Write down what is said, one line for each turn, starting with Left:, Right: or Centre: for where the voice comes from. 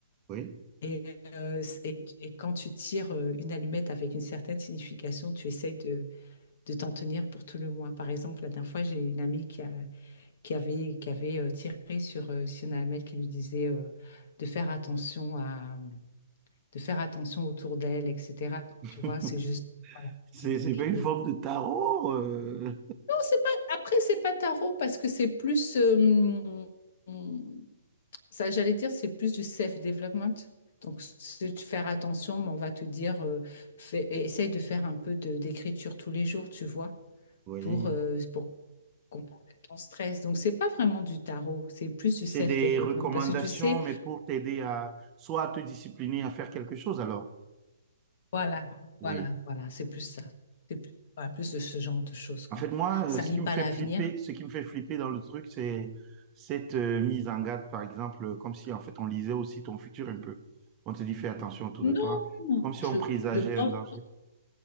Right: oui.
Left: Et, euh, et- et quand tu tires euh, une allumette avec une certaine signification, tu essayes de, de t'en tenir pour tout le mois. Par exemple, la dernière fois, j'ai une amie qui, a- qui avait, qui avait euh, tiré sur, euh, sur une allumette qui lui disait euh, de faire attention à, de faire attention autour d'elle, etc. Donc,
Right: <laughs>
Left: tu vois, c'est juste, voilà,
Right: C'est,
Left: dis bon,
Right: c'est
Left: je
Right: pas une
Left: vais.
Right: forme de tarot. euh,
Left: Non, c'est pas. Après, c'est pas tarot parce que c'est plus. euh, hum, Ça, j'allais dire, c'est plus du self-development. Donc, c'est de faire attention, mais on va te dire, euh, fais- essaye de faire un peu de- d'écriture tous les jours, tu vois,
Right: Oui.
Left: pour, euh, pour combattre ton stress. Donc, c'est pas vraiment du tarot, c'est plus du
Right: C'est
Left: self-development.
Right: des recommandations,
Left: Parce que tu sais,
Right: mais pour t'aider à soit à te discipliner à faire quelque chose, alors.
Left: voilà,
Right: Oui.
Left: voilà, voilà, c'est plus ça. C'est plus, voilà, plus de ce genre de choses, quoi.
Right: En fait, moi,
Left: Ça
Right: euh, ce
Left: lit
Right: qui
Left: pas
Right: me fait
Left: l'avenir.
Right: flipper, ce qui me fait flipper dans le truc, c'est cette euh, mise en garde, par exemple, euh, comme si en fait on lisait aussi ton futur un peu. On te dit fais attention autour de toi,
Left: Non,
Right: comme si
Left: je,
Right: on présageait
Left: je pense.
Right: un danger.